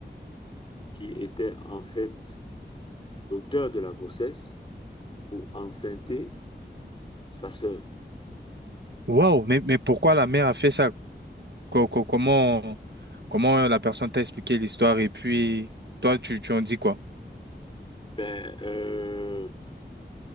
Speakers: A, on the left; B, on the right.
A: qui était en fait l'auteur de la grossesse pour enceinte sa sœur.
B: waouh, mais, mais pourquoi la mère a fait ça? Co- co- Comment, comment la personne t'a expliqué l'histoire et puis toi, tu, tu en dis quoi?
A: Ben, euh,